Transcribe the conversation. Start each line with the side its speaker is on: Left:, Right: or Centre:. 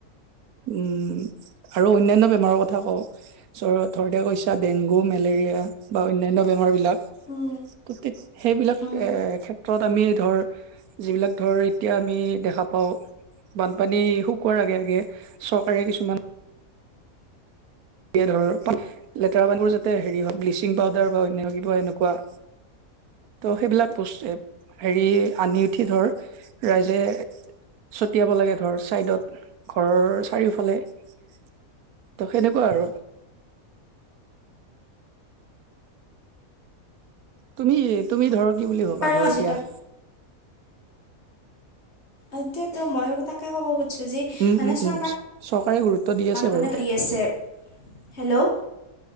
Right: উম আৰু অন্যান্য বেমাৰৰ কথা কওঁ। চ থৰতে কৈছা ডেংগু মেলেৰিয়া বা অন্যান্য বেমাৰ বিলাক
Left: উম
Right: তিক সেইবিলাক
Left: উম
Right: এ ক্ষেত্ৰত আমি ধৰ যিবিলাক ধৰ এতিয়া আমি দেখা পাওঁ বানপানী শুকোৱাৰ আগে আগে চৰকাৰে কিছুমান এ ধৰ লেতেৰা পানীবোৰ যাতে হেৰি হওঁক ব্লিচিং পাউদাৰ বা অন্য কিবা এনেকুৱা ত' সেইবিলাক বস্তু হেৰি আনি উঠি ধৰ ৰাইজে ছটিয়াব লাগে ধৰ চাইডত ঘৰৰ চাৰিওফালে। ত সেনেকুৱা কুৱা আৰু। তুমি তুমি ধৰ কি বুলি ভবা?
Left: আৰু
Right: ধৰ
Left: আজিকালি
Right: এতিয়া
Left: এটিয়াতো মইয়ো তাকে ক'ব খোজো চুজি
Right: উম,
Left: মানে
Right: উম,
Left: চৰকাৰে
Right: উম, গুৰুত্ব দি আছে
Left: মানে
Right: বাৰু।
Left: কৰিদি আছে। হেল্ল'?